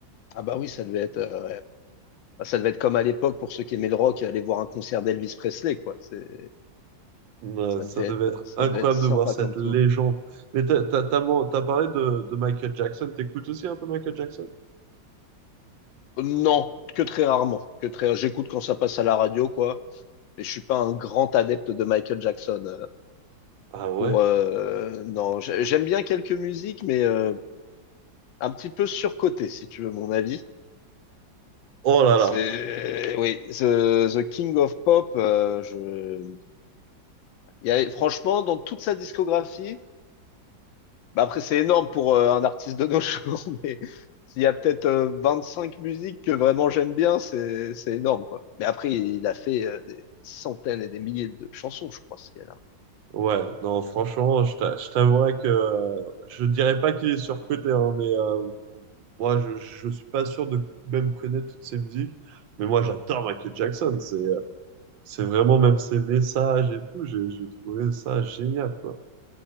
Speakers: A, on the left; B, on the right.
A: Ah bah oui, ça devait être, euh, ouais. Bah, ça devait être comme à l'époque pour ceux qui aimaient le rock, aller voir un concert d'Elvis Presley, quoi. C'est,
B: Ouais,
A: ça
B: ça
A: devait
B: devait
A: être, euh,
B: être
A: ça
B: incroyable
A: devait être sympa
B: de voir cette
A: comme
B: légende.
A: tout.
B: Mais t'as, t'as, t'as man- t'as parlé de, de Michael Jackson. T'écoutes aussi un peu Michael Jackson?
A: Euh, Non, que très rarement. Que très, j'écoute quand ça passe à la radio, quoi. Mais je suis pas un grand adepte de Michael Jackson. euh,
B: Ah ouais?
A: Pour, euh, non, j'ai- j'aime bien quelques musiques, mais euh, un petit peu surcoté, si tu veux mon avis.
B: Oh là
A: C'est,
B: là.
A: oui, The, The King of Pop. euh, je, il y a, franchement, dans toute sa discographie. Bah après, c'est énorme pour euh, un artiste de nos jours, <laughs> mais s'il y a peut-être euh, cinq musiques que vraiment j'aime bien, c'est c'est énorme, quoi. Mais après, il a fait euh, des centaines et des milliers de chansons, je crois, ce qu'il a
B: Ouais, non, franchement, je t'a- je t'avouerais que euh, je dirais pas qu'il est surcoté, hein, mais euh, moi, je, je suis pas sûr de même connaître toutes ses musiques. Mais moi, j'adore Michael Jackson. C'est, euh, c'est vraiment même ses messages et tout. J'ai j'ai trouvé ça génial, quoi.